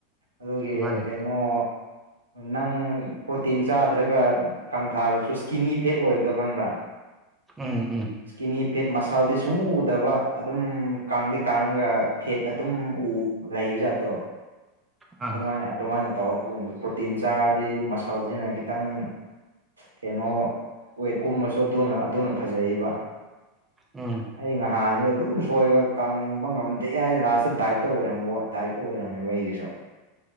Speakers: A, on the right; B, on the right.
A: ꯑꯗꯨꯒꯤ
B: ꯃꯥꯅꯦ
A: ꯀꯩ ꯑꯣ ꯅꯪ ꯄ꯭ꯔꯣꯇꯤꯟ ꯆꯥꯗ꯭ꯔꯒ ꯀꯡ ꯊꯥꯔꯁꯨ ꯁ꯭ꯀꯤꯅꯤ ꯐꯦꯠ ꯑꯣꯏꯕꯗꯣ ꯈꯪꯕ꯭ꯔꯥ
B: ꯎꯝ ꯎꯝ
A: ꯏꯁꯀꯤꯅꯤ ꯐꯦꯠ ꯃꯁꯜꯗꯤ ꯁꯨꯡꯎ ꯎꯗꯕꯥ ꯑꯗꯨꯝ ꯀꯥꯡꯗꯤ ꯀꯥꯡꯉꯒ ꯐꯦꯠ ꯑꯗꯨꯝ ꯎ ꯂꯩꯕ ꯖꯥꯠꯇꯣ
B: ꯑꯥ
A: ꯑꯗꯨꯃꯥꯏ ꯑꯗꯨꯃꯥꯏꯅ ꯇꯧꯔꯛꯄꯒꯨꯝꯕꯗꯨꯟ ꯄ꯭ꯔꯣꯇꯤꯟ ꯆꯥꯔꯗꯤ ꯃꯁꯜꯁꯤꯅ ꯈꯤꯇꯪ ꯀꯩꯅꯣ ꯋꯦꯠ ꯀꯨꯝꯕꯁꯨ ꯑꯗꯨꯅ ꯑꯗꯨꯅ ꯐꯖꯩꯌꯦꯕꯥ
B: ꯎꯝ
A: ꯑꯩ ꯉꯍꯥꯟꯅꯤ ꯑꯗꯨꯝ ꯁꯣꯏꯕ ꯀꯪꯕ ꯉꯝꯗꯦ ꯌꯥꯏ ꯂꯥꯁꯇ ꯗꯥꯏꯠꯇ ꯑꯣꯏꯔꯝꯕꯣ ꯗꯥꯏꯠꯇ ꯑꯣꯏꯔꯝꯃꯦꯕ ꯑꯩꯒꯤꯁꯨ <inaudible>